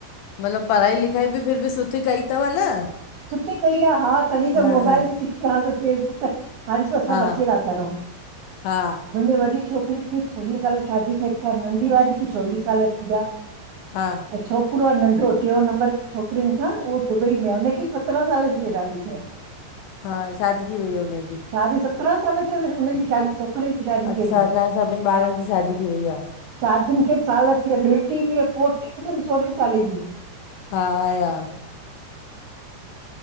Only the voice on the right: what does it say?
सुठी कई आ हा, तॾी
त मोबाइल
बि सिखी आ हाणे त फेसबुक त हाणे‌ं ॾिसो
सब अकेला ता रहूं
मुंहिंजे वॾी छोकिरी खे छवीह साल शादी कए थिया, नंढी वारी खे चोवीह साल थी विया।
अंएं छोकरो आ नंढो टियों नंबर छोकिरियुन खां उहो दुबई में आ हुन खे बि सतरहां साल ा दै <unintelligible>
शादी सत्रहां साल थिया तस हुनजी शादी छोकिरे जी। शादी
खे बि।
शादियुनि खे बि साल थी विआ ॾोहिटी बि आ पोटी बि अथमि सोरहें साले जी।